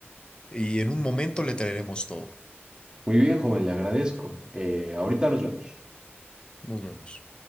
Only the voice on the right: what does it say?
Muy bien, joven, le agradezco. Eh, ahorita nos vemos.